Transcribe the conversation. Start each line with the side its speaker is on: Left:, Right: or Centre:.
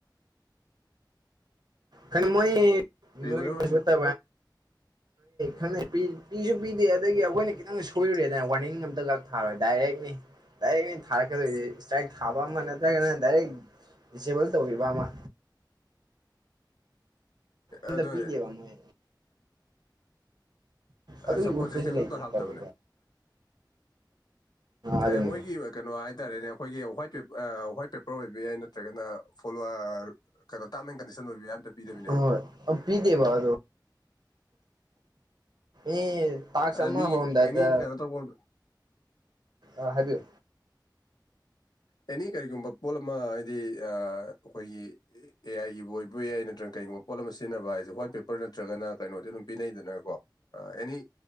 Right: ꯈ ꯃꯣꯏ
Left: ꯔꯤꯒꯨꯂꯔ ꯑꯣꯏꯅ
Right: ꯃꯠꯇ ꯈꯪꯅꯩ ꯄꯤꯁꯨ ꯄꯤꯗꯦ ꯑꯗꯒꯤ ꯑꯩꯈꯣꯏꯅ ꯈꯤꯇꯪ ꯁꯣꯏꯔꯨꯔꯦꯗꯅ ꯋꯥꯔꯅꯤꯡ ꯑꯝꯇ ꯈ ꯊꯥꯔꯣꯏ ꯗꯥꯏꯔꯦꯛꯅꯤ ꯏꯔ ꯃꯤ ꯊꯥꯔ ꯊꯥꯕ ꯑꯃ ꯅ꯭ꯔꯗꯥꯏꯔꯦ ꯗꯤꯁꯦꯕꯜ ꯇꯧꯔꯤꯕ ꯑꯃ ꯑꯝꯇ
Left: ꯑꯗꯨꯗ
Right: ꯄꯤꯗꯦꯕ ꯃꯣꯏ ꯑꯗꯨꯒꯤ
Left: ꯁꯞꯄꯣꯔꯠ
Right: ꯎꯠꯄꯁꯨ
Left: ꯁꯤꯁꯇꯦꯝꯁ
Right: ꯂꯩꯇꯦ
Left: ꯑꯝꯇ ꯍꯥꯞꯇꯕꯅꯦ
Right: ꯇꯧꯋꯦꯕ ꯑꯗꯨꯅꯤ
Left: ꯑꯦ ꯃꯣꯏꯒꯤ ꯀꯩꯅꯣ ꯍꯥꯏꯇꯥꯔꯦꯅꯦ ꯑꯩꯈꯣꯏꯒꯤ ꯍ ꯋꯥꯋꯥꯏꯠ ꯄꯦꯄꯔ ꯑꯣꯏꯕ ꯌꯥꯏ ꯅꯠꯇ꯭ꯔꯒꯅ ꯐꯣꯂꯣ ꯀꯩꯅꯣ ꯇꯥꯔꯝ ꯑꯦꯟ ꯀꯟꯗꯤꯁꯟ ꯑꯣꯏꯕ ꯌꯥꯏ ꯄꯤꯗꯕꯤꯅꯦꯕ
Right: ꯍ ꯑ ꯄꯤꯗꯦ ꯋꯥꯗꯣ ꯑꯦ ꯇꯥꯛꯁ
Left: ꯑꯗ
Right: ꯑꯃ
Left: ꯃꯤ
Right: ꯍꯣꯡꯝꯗꯥꯏꯗ
Left: ꯑꯦꯅꯤ ꯀꯩꯅꯣ ꯇꯧꯕ
Right: ꯑ ꯍꯥꯏꯕꯤꯌꯨ
Left: ꯑꯦꯅꯤ ꯀꯔꯤꯒꯨꯝꯕ ꯄꯣꯠ ꯑꯃ ꯍꯥꯏꯗꯤ ꯑꯩꯈꯣꯏꯒꯤ ꯑꯦ ꯑꯥꯏꯒꯤꯕꯨ ꯑꯣꯏꯕ ꯌꯥꯏ ꯅꯠꯇ꯭ꯔꯒ ꯀꯩꯒꯨꯝꯕ ꯄꯣꯠꯂꯝ ꯑꯃ ꯁꯤꯖꯤꯟꯅꯕ ꯍꯥꯏꯁꯦ ꯋꯥ꯭ꯋꯥꯏꯠ ꯄꯦꯄꯔ ꯅꯠꯇ꯭ꯔꯒꯅ ꯀꯩꯅꯣꯗꯤ ꯑꯗꯨꯝ ꯄꯤꯅꯩꯗꯅꯀꯣ ꯑꯦꯅꯤ